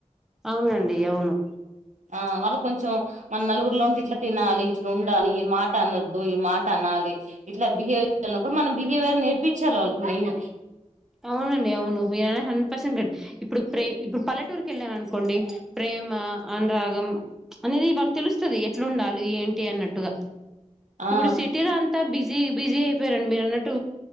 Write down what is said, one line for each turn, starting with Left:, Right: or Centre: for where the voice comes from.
Centre: అవునండి అవును
Right: ఆ వాళ్ళ కొంచెం మన నలుగురిలో ఉండి ఇట్లా తినాలి, ఇట్లా ఉండాలి. ఈ మాట అనద్దు ఈ మాట అనాలి ఇట్లా బిహేవ్ చేయాల మనం బిహేవియర్ నేర్పించాలి. వాళ్ళకి మెయిన్
Centre: అవునండి అవును మీర హండ్రెడ్ పర్సెంట్ కండి ఇప్పుడు ప్రే ఇప్పుడు పల్లెటూరుకి వెళ్ళాను అనుకోండి. ప్రేమ అనురాగం అనేది వాళ్ళ తెలుస్తుంది. ఎట్లుండాలి ఏంటి అన్నట్టుగా.
Right: ఆ
Centre: ఇప్పుడు సిటీలో అంతా బిజ బిజీ బిజీ అయిపోరండి. మీరు అన్నట్టు